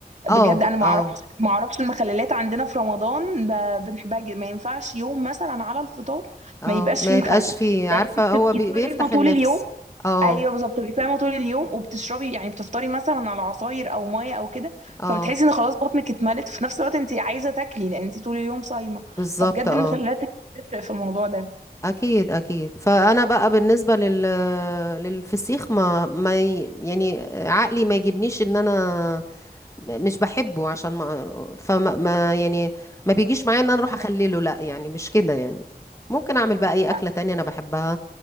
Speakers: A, on the left; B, on the right.
A: اه
B: بجد انا ما
A: اه
B: اعرفش ما اعرفش المخللات عندنا في رمضان ب- بنحبها جدا ما ينفعش يوم مثلا على الفطار
A: اه
B: ما يبقاش
A: ما
B: فيه مخلل
A: يبقاش في عارفة
B: لان انت
A: هو
B: بتبقي
A: بي- بيفتح
B: صايمه طول
A: النفس
B: اليوم
A: اه
B: ايوه بالظبط بتبقي صايمه طول اليوم وبتشربي يعني بتفطري مثلا على عصاير او ميه او كده
A: اه
B: فبتحسي ان خلاص بطنك اتملت في نفس الوقت انت عايزه تاكلي لان انت طول اليوم صايمه
A: بالظبط
B: فبجد
A: اه
B: المخللات بتفرق في الموضوع ده
A: اكيد اكيد فانا بقى بالنسبه لل للفسيخ ما ما ي- يعني عقلي ما يجيبنيش ان انا مش بحبه عشان ما فما ما يعني ما بيجيش معايا ان انا اروح
B: مم.
A: اخلله لا يعني مش كده يعني ممكن اعمل بقى اي
B: لا
A: اكله تانية انا بحبها